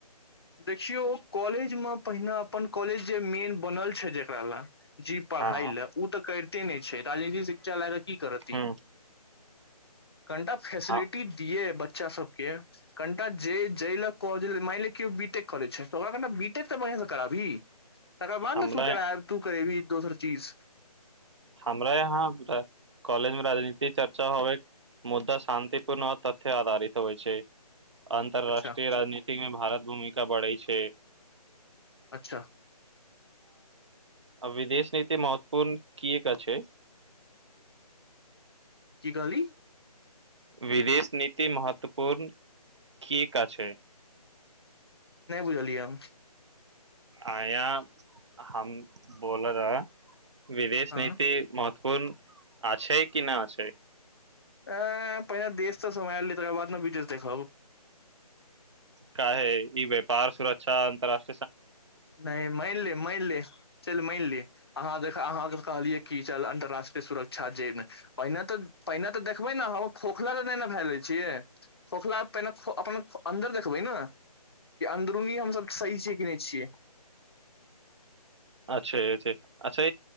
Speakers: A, on the left; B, on the right.
A: देखियो कॉलेज मे पहिने अपन कॉलेज मेन बनल जेकरा ल जी पढ़ाइ
B: हँ
A: ल ओ तऽ करिते नहि छैनी शिक्षा लए क की कर
B: हूँ
A: कनिटा फेसिलिटी
B: हँ
A: दिये है बच्चा सब के के कणटाा ज जै लक क मइल केओ बि टेक कर छै त ओकरा मीट तऽ बढ़ं से कराबी तकर बाद
B: हमरा
A: ने तू कर तू करेबी दोसर चीज
B: हमरा यहाँ कॉलेज मे राजनीतििक चर्चा होब मुद्दा शान्तिपूर्ण तथ्य आधारित होइ छै अन्तर्राष्ट्रीय
A: अच्छा
B: राजनीति मे भारत भूमिका बढ़ै छै
A: अच्छा
B: अब विदेश नीति महत्वपूर्ण किएक छै
A: की कहलीं
B: विदेश नीति महत्वपूर्ण कि एका छै
A: नहि बुझलियै हम
B: अंया हम बोल रहेै विदेश
A: हँ
B: नीति महत्व- फोन आ छै कि ना छै
A: अं पहिने देश त समय आएल रहै तकर बाद ने विदेश देखब
B: काहे ई व्यापार सुरक्षा अंतर्राष्ट्रीय
A: नै मनि ले मनि ले चल मनि ले अहाँ देखलिए अहाँ कहलिए ई छलाह अंतर्राष्ट्र के सुरक्षा जै मे पहिने त पहिंने त देखबै ने हम खोखला त नहि नै भए गेल छियै खोखला पहिने अपन अन्दर देखबै न अंदरूनी हम सभ सही छियै की नै छियै
B: अच्छै छै अच्छा